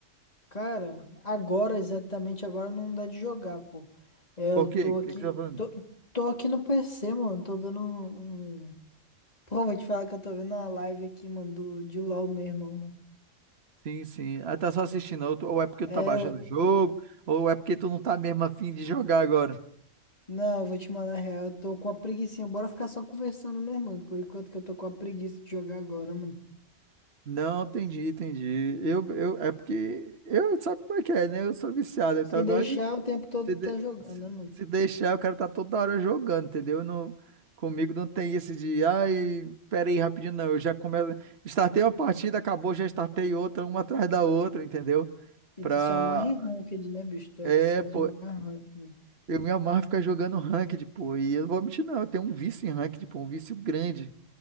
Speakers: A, on the left (about 30°); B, on the right (about 55°).
A: Cara, agora, exatamente agora, não dá de jogar, pô. É, eu
B: Por quê?
A: tô
B: O
A: aqui.
B: que que você tá falando?
A: Tô, tô aqui no PC, mano. Tô vendo um, um Pô, vou te falar que eu tô vendo uma live aqui, mano, do, de LOL mesmo, mano.
B: Sim, sim. Ah, tá só assistindo, ou ou é porque
A: É,
B: tu tá baixando o jogo, ou é porque tu não tá mesmo afim de jogar agora.
A: não, vou te mandar real, eu tô com uma preguicinha. Bora ficar só conversando mesmo, mano. Por enquanto que eu tô com a preguiça de jogar agora, mano.
B: Não, entendi, entendi. Eu, eu, é porque eu, sabe como é que é, né? Eu sou viciado, então
A: Se
B: eu
A: deixar,
B: gosto de
A: o tempo todo
B: se,
A: tu
B: de-
A: tá jogando,
B: se-
A: né, mano?
B: se deixar, o cara tá toda hora jogando, entendeu? Eu Não, comigo não tem esse de, ai, pera aí, rapidinho, não. Eu já começo, startei uma partida, acabou, já startei outra, uma atrás da outra, entendeu?
A: E
B: Pra,
A: tu se amarra em ranked, né, bicho? Tu é
B: é,
A: viciado
B: pô,
A: em jogar ranked, mano.
B: Eu me amarro ficar jogando ranked, pô. E eu não vou mentir, não. Eu tenho um vício em ranked, pô. Um vício grande.